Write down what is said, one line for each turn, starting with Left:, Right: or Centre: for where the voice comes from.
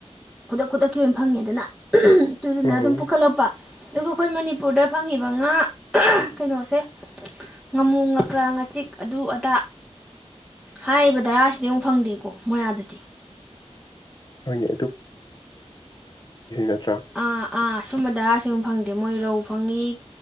Centre: ꯈꯨꯗꯛ ꯈꯨꯗꯛꯀꯤ ꯑꯣꯏꯅ ꯐꯪꯉꯦꯗꯅ ꯑꯗꯨꯗꯨꯅ
Left: ꯎꯝ
Centre: ꯑꯗꯨꯝ ꯄꯨꯈꯠꯂꯛꯄ ꯑꯗꯨꯒ ꯑꯩꯈꯣꯏ ꯃꯅꯤꯄꯨꯔꯗ ꯐꯪꯉꯤꯕ ꯉꯥ ꯀꯩꯅꯣꯁꯦ ꯉꯥꯃꯨ ꯉꯀ꯭ꯔꯥ ꯉꯥꯆꯤꯛ ꯑꯗꯨ ꯑꯗꯥ ꯍꯥꯏꯔꯤꯕ ꯙꯔꯥꯁꯤꯗꯤ ꯑꯃꯨꯛ ꯐꯪꯗꯦꯀꯣ ꯃꯣꯏꯌꯥꯥꯗꯗꯤ
Left: ꯍꯅꯦ ꯅꯠꯇ꯭ꯔꯥ
Centre: ꯑꯥ ꯑꯥ ꯁꯨꯝꯕ ꯙꯔꯥꯁꯤꯡ ꯐꯪꯗꯦ ꯃꯣꯏ ꯔꯧ ꯐꯪꯉꯤ